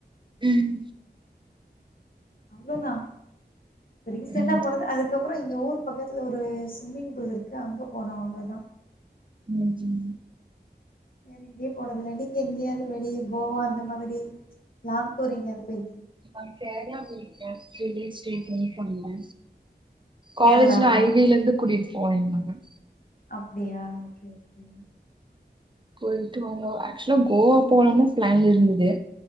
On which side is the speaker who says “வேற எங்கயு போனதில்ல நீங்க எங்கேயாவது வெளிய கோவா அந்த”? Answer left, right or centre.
Left